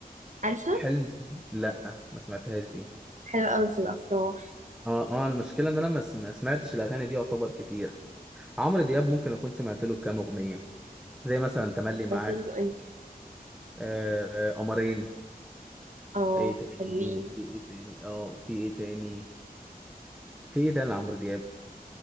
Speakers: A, on the right; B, in the centre.
A: عارفها
B: حلم لا ما سمعتهاش دي
A: حلوة قوي في الأفراح
B: اه اه المشكله ان انا ما س- ما سمعتش الاغاني دي يعتبر كتير عمرو دياب ممكن اكون سمعت له كام اغنيه زي مثلا تملي معاك
A: بتاعت ال- ايه
B: آه آه، قمرين
A: اه
B: ايه تاني
A: حلوين
B: في ايه تاني اه في ايه تاني في ايه تاني لعمرو دياب